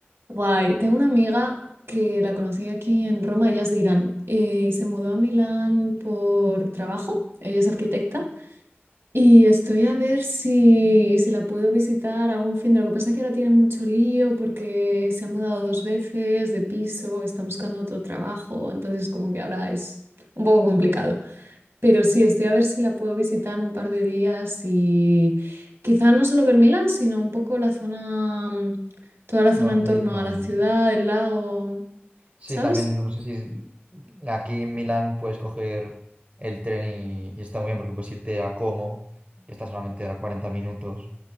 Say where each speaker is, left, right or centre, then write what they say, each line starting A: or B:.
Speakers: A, on the right; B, on the right.
A: Guay. Tengo una amiga que la conocí aquí en Roma, ella es de Irán, eh, y se mudó a Milán por trabajo. Ella es arquitecta y estoy a ver si, si la puedo visitar algún fin de... Lo que pasa es que ahora tiene mucho lío porque se ha mudado dos veces de piso, está buscando otro trabajo, entonces como que ahora es un poco complicado. Pero sí, estoy a ver si la puedo visitar un par de días y quizá no solo ver Milán, sino un poco la zona, mm, toda la zona
B: Norte
A: en torno
B: Italia,
A: a la ciudad,
B: ¿no?
A: el lago,
B: Sí,
A: ¿sabes?
B: también no sé si aquí en Milán puedes coger el tren y, y está muy bien porque puedes irte a Como, que está solamente a 40 minutos.